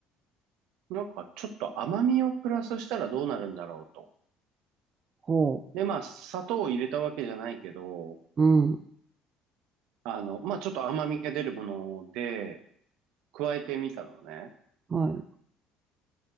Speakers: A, on the right (about 65°); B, on the right (about 40°).
A: なんかちょっと甘みをプラスしたらどうなるんだろうと。
B: ほ
A: で、まあ、砂糖を入れたわけじゃないけど、
B: う。うん、
A: あの、まあ、ちょっと甘みが出るもので、加えてみたのね。
B: は